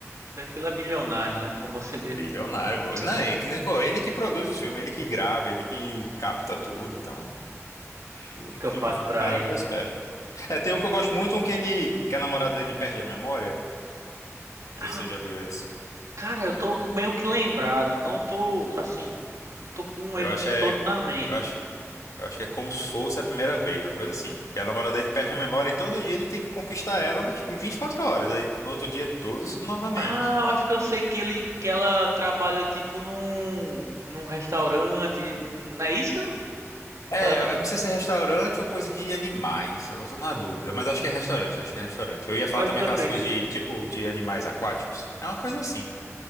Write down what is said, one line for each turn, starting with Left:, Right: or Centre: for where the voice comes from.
Right: tanto que ele é bilionário, né? Como você mesmo
Left: Bilionário,
Right: disse.
Left: pô.
Right: <clears throat>
Left: Não, ele, que nem- pô, ele que produz o filme, ele que grava, ele que capta tudo. Então, o
Right: Fica
Left: filme,
Right: fácil
Left: o
Right: pra
Left: cara
Right: ele.
Left: foi esperto. É, tem um que eu gosto muito, um que ele, que a namorada dele perde a memória. Não sei
Right: Ah,
Left: se você já viu esse.
Right: cara, eu tô meio que lembrado. Não tô, assim, não tô com
Left: Eu
Right: ele
Left: acho é,
Right: todo na mente.
Left: eu acho. Eu acho que é como se fosse a primeira vez, uma coisa assim. E a namorada dele perde a memória e todo dia ele tem que conquistar ela, mas tipo, em 24 horas. Aí no outro dia é tudo isso novamente.
Right: Ah, eu acho que eu sei que ele, que ela trabalha, tipo, num, num restaurante. Não é isso?
Left: É,
Right: Que ela tra-
Left: eu não sei se é restaurante ou coisa de animais. Agora eu tô na dúvida, mas acho que é restaurante, acho que é restaurante. Eu ia
Right: Eu
Left: falar
Right: acho
Left: também
Right: que
Left: aquelas
Right: eu sei.
Left: coisas de, tipo, de animais aquáticos. É uma coisa assim.